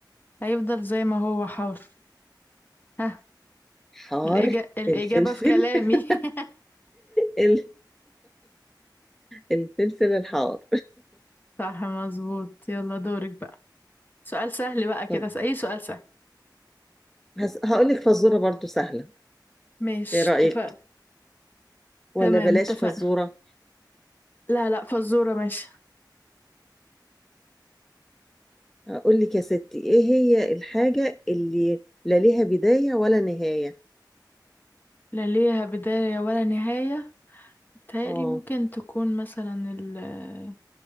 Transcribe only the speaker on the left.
هيفضل زي ما هو حار ها
الإجا... الإجابة
في كلامي
<laughs>
صح مظبوط يلا دورك بقى سؤال سهل بقى
كده أي سؤال سهل
ماشي
اتفقنا
تمام
اتفقنا
لا لا فزورة ماشي
لا ليها بداية ولا نهاية بتهيألي
ممكن تكون مثلا ال-